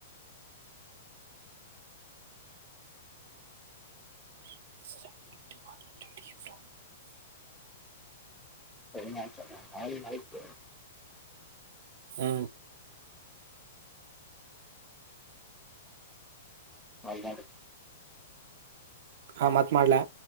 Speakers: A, on the right; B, in the centre.
A: <inaudible>
B: ಟೈಮ್ ಆಯ್ತಲ್ಲ <unintelligible> ಆಯ್ತು
A: ಹ್ಮ
B: ಅಲ್ನೋಡು
A: ಹಾ ಮತ್ ಮಾಡ್ಲ